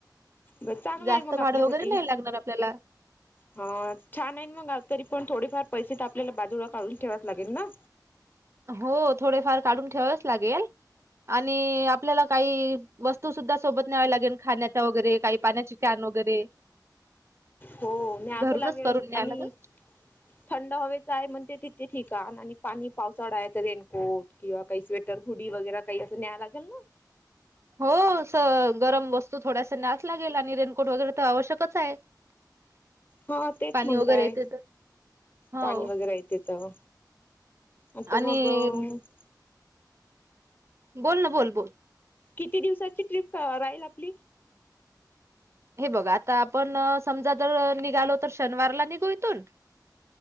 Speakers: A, on the left; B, on the right.
A: बस चांगला
B: "जास्त
A: हाय मग
B: भाडं
A: आपल्यासाठी.
B: वगैरे नाही लागणार आपल्याला."
A: हंह छान आहे मग आ तरी पण थोडीफार पैसे तर आपल्याला बाजूला काढून ठेवाच लागेल ना?
B: हो थोडेफार काढून ठेवावच लागेल. आणि आपल्याला काही वस्तू सुद्धा सोबत न्यावं लागेल खाण्याच्या वगैरे काही पाण्याची कॅन वगैरे.
A: हो. न्याव
B: घरूनच
A: तर लागेल
B: करून न्यावं
A: आणि
B: लागेल.
A: थंड हवेच आहे म्हणते. तिथे ठिकाण आणि पाणी पावसाळा आहे रेनकोट किंवा काही स्वेटर हुडी वगैरे काही असं न्यायला लागेल ना.
B: हो <inaudible> हो असं गरम वस्तू थोड्यासा न्यावं लागेल आणि रेनकोट वगैरे तर आवश्यकच आहे. <inaudible>
A: हा तेचं
B: पाणी
A: म्हणताय.
B: वगैरे येते तर. हो
A: पाणी वगैरे येते तर आता
B: आणि
A: मग- -
B: बोल ना. बोल, बोल.
A: किती दिवसाची ट्रिप राहील आपली?
B: हे बघ आता आपण समजा जर निघालो तर शनिवारला निघू इथून